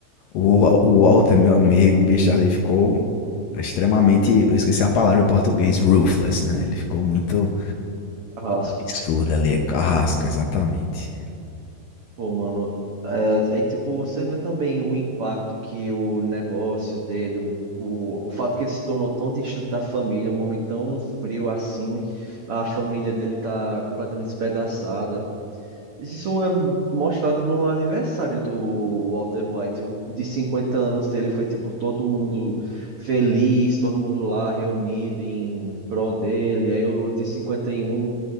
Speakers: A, on the left (about 75°); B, on the right (about 85°).
A: o, o Walter, meu amigo, o bicho ali ficou extremamente. Eu esqueci a palavra em português, ruthless, né? Ele ficou muito
B: Carrasco.
A: Absurda ali, é carrasco, exatamente.
B: Pô, mano. É, aí, tipo, você vê também o impacto que o negócio dele, o, o, o fato que ele se tornou tão distante da família, um homem tão frio assim, a família dele tá completamente despedaçada. Isso é mostrado no aniversário do Walter White, o- de 50 anos dele foi tipo todo mundo feliz, todo mundo lá reunido em prol dele. Aí o de 51